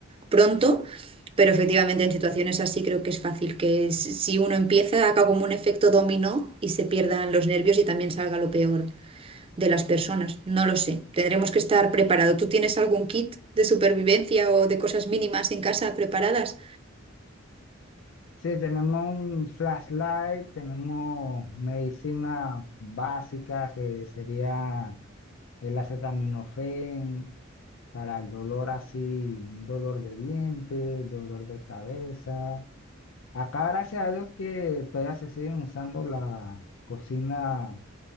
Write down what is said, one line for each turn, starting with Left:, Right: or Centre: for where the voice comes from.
Right: pronto. Pero efectivamente en situaciones así creo que es fácil que s- si uno empieza, haga como un efecto dominó y se pierdan los nervios y también salga lo peor de las personas. No lo sé. Tendremos que estar preparados. ¿Tú tienes algún kit de supervivencia o de cosas mínimas en casa preparadas?
Left: Sí, tenemos un flashlight, tenemos medicina básica que sería el acetaminofén para el dolor así, dolor de dientes, dolor de cabeza. Acá gracias a Dios que todavía se siguen usando la cocina